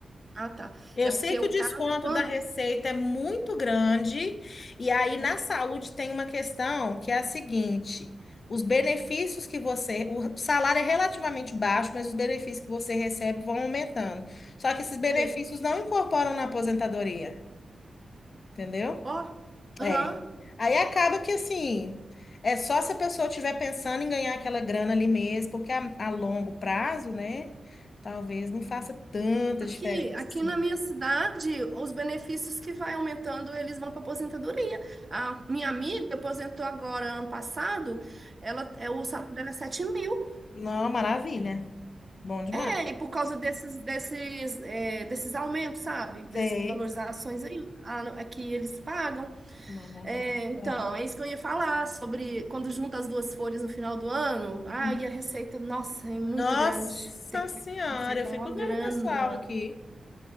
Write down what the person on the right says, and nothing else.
Ah, tá.
É
porque
o
caso é quando.
Ah,
sei.
Ó, aham.
Aqui,
aqui
na minha cidade, os benefícios que vai aumentando, eles vão para aposentadoria. A minha amiga aposentou agora ano passado, ela, é, o salário dela é 7 mil,
né? E por causa desses, desses, é, desses aumentos, sabe? Dessas
valorizações aí, a- a que eles pagam.
É,
então,
é isso que eu ia falar sobre quando junta as duas folhas no final do ano. Ah,
e a receita, nossa, é muito
grande. Tem que
pagar receita,
mó grana.